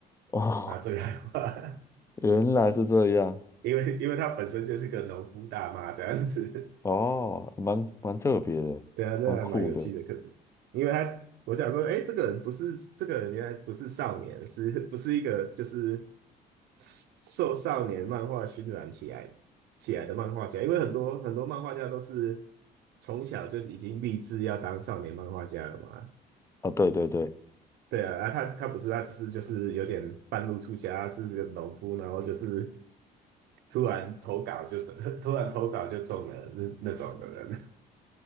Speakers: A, on the left; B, on the right.
A: 哦，
B: 拿这个来画。
A: 原来是这样，
B: 因为因为他本身就是个农夫大妈这样子，
A: 哦，蛮蛮特别的，
B: <laughs> 对啊，那还蛮有趣的。
A: 蛮酷的。
B: 可因为他我想说，哎，这个人不是这个人，原来不是少年，是不是一个就是受少年漫画熏染起来起来的漫画家？因为很多很多漫画家都是从小就是已经立志要当少年漫画家了嘛。
A: 啊，对对对，
B: 对啊，啊，他他不是，他只是就是有点半路出家，是个农夫，然后就是突然投稿就 <laughs> 突然投稿就中了那那种的人。